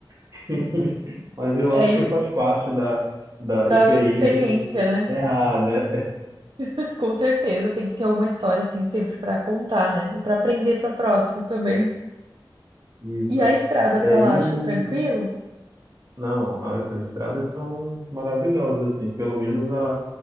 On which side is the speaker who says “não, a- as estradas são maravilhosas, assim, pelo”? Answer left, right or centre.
Right